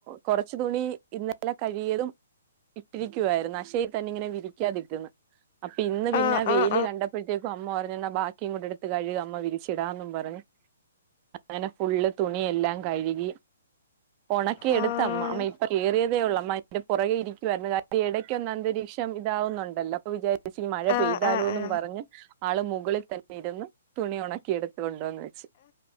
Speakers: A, on the right; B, on the left.
A: കൊറച്ച് തുണി ഇന്ന് പല കഴിയതും ഇട്ടിരിക്കുവായിരുന്നു അശയി തന്നെ ഇങ്ങനെ വിരിക്കാതിട്ടന്ന് അപ്പിന്ന് പിന്നെ
B: ആഹ്
A: വെയില്
B: ആഹ്
A: കണ്ടപ്പോഴത്തേക്കും അമ്മ പറഞ് ന്ന ബാ ക്കി എട്ടുത്ത് കഴുക അമ്മ വിരിച്ചിടാന്നും പറഞ്ഞു അങ്ങനെ ഫുള്ള് തുണിയെല്ലാ കഴുകി ഉണക്കി
B: ആഹ്
A: എടുത്തമ്മ അമ്മ ഇപ്പ കേറിയതേ ഉള്ളമ്മന്റെ പുറകെ ഇരിക്കുായിരുന്നു യെടയ്ക്കൊന്ന അന്തരീക്ഷ ഇതാവുന്നുണ്ടല്ലോ അപ്പൊ വിചാരിച്ച മഴ
B: ആഹ്
A: പെയ്താലോ
B: ആഹ് ആഹ് ആഹ്
A: പറഞ് ആള് മുകളിൽ തന്നെ ഇരുന്ന് തുണി ഉണക്കി എടുത്ത കൊണ്ടുവന്ന് വെച്ച്